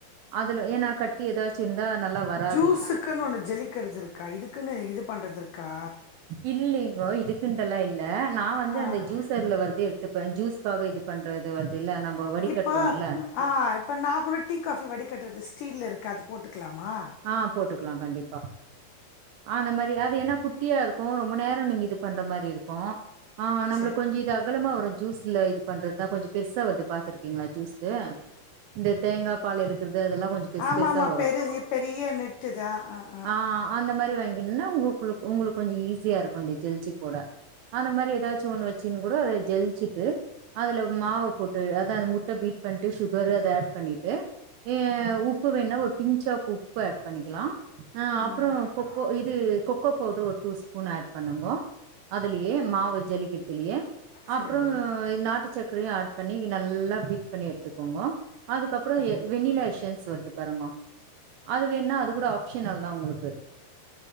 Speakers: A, on the right (about 80°); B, on the left (about 75°).
A: அதுல ஏன்னா கட்டி ஏதாச்சிரு இருந்தா நல்லா வரா
B: ஜூஸ்க்குனு ஒண்ணு ஜலிக்கிறது இருக்கா இதுக்குனு பண்றது இருக்கா
A: இல்லலைங்கோ இதுக்குன்ட்டுலா இல்ல நா வந்து
B: ஆ
A: அந்த
B: நான்
A: ஜூசர்ல வருது எடுத்துப்பே ஜூஸ்காக இது பண்றது வருது இல்ல நம்ம வடிகட்டுறோம்
B: இப்போ
A: இல்ல
B: ஆ இப்போ நா கூட டீ காஃபி வடி கட்டுறது ஸ்டீல்ல இருக்கு அது போட்டுக்லாமா
A: ஆ போட்டுக்கலா கண்டிப்பா அ அந்த மாரி அது என்ன கு ட்டியா இருக்கு ரொம்ப நேரம் நீங்க இது பண்ற மாரி இருக்கு ஆ நம்மளுக்கு
B: சரி
A: கொஞ்சோ இது அகலமா வரு ஜூஸ்ல இது பண்றதுதா கொஞ்சோ பெருசா வருது பாத்துருக்கீங்ளா ஜூஸ் இந்த தேங்கா பால் எடுக்றது அதெல்லா கொஞ்சோ பெருசு
B: ஆமா
A: பெருசா
B: ஆமா
A: வரு
B: பெருசு பெரிய நெட்டுதா ஆ ஆ
A: ஆ அந்த மாரி வாங்கினும்னா உங்க உங்களுக்கு கொஞ்சோ ஈஸியா இருக்கு அந்த ஜலிச்சு போட அந்த மாதிரி ஏதாச்சும் ஒண்ணு வச்சன்னனு கூட அத ஜலிச்சுட்டு அதுல மாவ போட்டு அதா முட்ட பீட் பண்ணிட்டு சுகரு அத ஆட் பண்ணிட்டு ஏ உப்பு வேணுனா ஒரு பிஞ்சாப் உப்பு ஆட் பண்ணிக்கலா ஆ
B: ம்
A: அப்புறம்
B: ம்
A: கொக்கோ இது கொக்கோ பவுடரு ஒரு டூ ஸ்பூன் ஆட் பண்ணுங்கோ அதுலயே மாவு ஜலிகத்துலயே
B: சரி
A: அப்புறம் நாட்டு சக்கரையு ஆட் பண்ணி நல்லா பீட் பண்ணி எடுத்துக்கோங்க அதுக்கப்புறம் வெண்ணிலா எஷன்ஸ் வருது பாருங்க அது வேணுா அது கூட ஆப்ஷனல் தா உங்களுக்கு